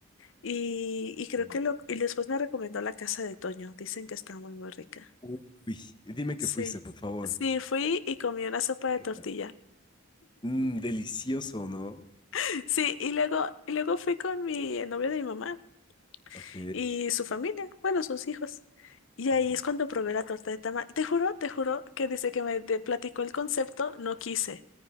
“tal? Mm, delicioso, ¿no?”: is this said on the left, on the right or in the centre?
Left